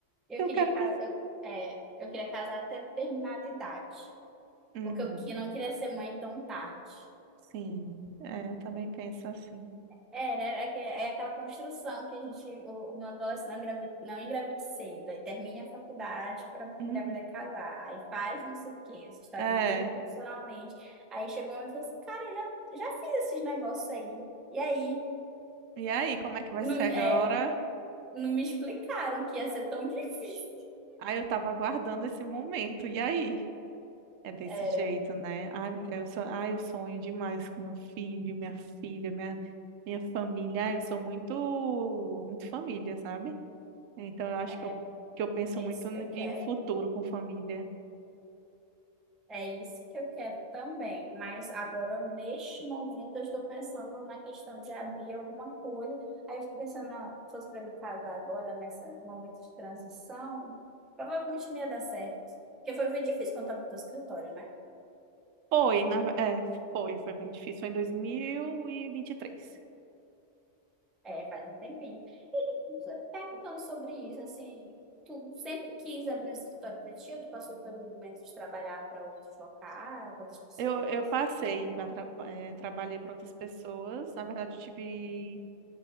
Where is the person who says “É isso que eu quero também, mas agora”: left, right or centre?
Centre